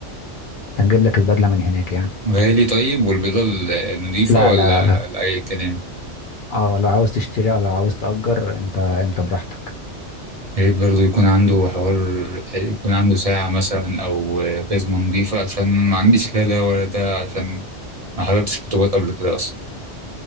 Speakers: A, on the left; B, on the right.
A: هنجيب لك البدلة من هناك يعني
B: غالي طيب والبيضه النظيفه
A: لا
B: ولا
A: لا لا
B: لاي كلام
A: اه لو عاوز تشتري او لو عاوز تأجر انت انت براحتك
B: يا ريت برضه يكون عنده حوار يكون عنده ساعه مثلا او جزمه نظيفه عشان ما عنديش لا ده ولا ده عشان ما حضرتش خطوبات قبل كده اصلا